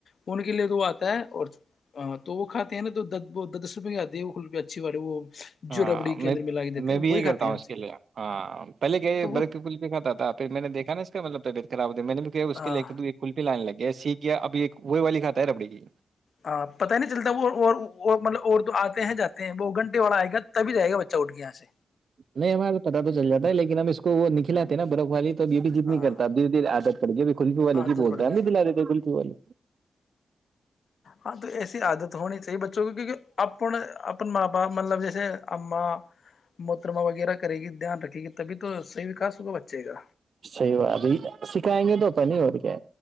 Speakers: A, on the left; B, on the right.
A: ان کے لیے تو وہ آتا ہے اور تو وہ کاتے ہیں ن تو دس روپئے کےاتے ہے وہ ک روپ اچھی والےی وہ
B: ہاں
A: جو ربڑی کے
B: میں
A: اندر ملا کے دیتے
B: میں
A: ہیں
B: بھی
A: وہی
B: یہ
A: کھاتے
B: کرتا ہوں
A: ہیں
B: اس
A: بچے
B: کے لیے ہاں پہلے کہ
A: تو وہ
B: برف کے کل پ کتا تھا پھر میں نے دیکھا نا مطبٹھلا میں نے بھی کیا اس
A: ہاں
B: کے لے تو ایکل کی لائن لگے ایسیے ہی کیا اب ایک وہی والی کاتا ہے ربڑی کی
A: ہاں پتا ہی نہیں چلتا وہ مطلب اور تو آتے ہیں جاتے ہیں وہ گھنٹے والا آئے گا تبھی جائے گا بچہ اٹھ کے یہاں سے
B: نہیں ہمارے تو پتا تو چل جاتا ہے لیکن ہم اس کو وہ نکلاتے ہیں نا برف والی تو بیوٹی جتنی
A: ہاں
B: کرتا بی آ پڑ گ بھی کل کییو والے
A: عادت
B: کی بولتے
A: پڑ
B: ہیں
A: گئی
B: اب بھی دلا دیتے ککی والے
A: ہاں تو ایسی عادت ہونی چاہیے بچوں کی کیونکہ اپن اپنے ماں باپ مطلب جیسے اما موترما وغیرہ کرے گی دھیان رکھے گی تبھی تو صحیح وکاس ہوگا بچے کا
B: صحی بات ابھی سکھائیں گے تو پنیور کے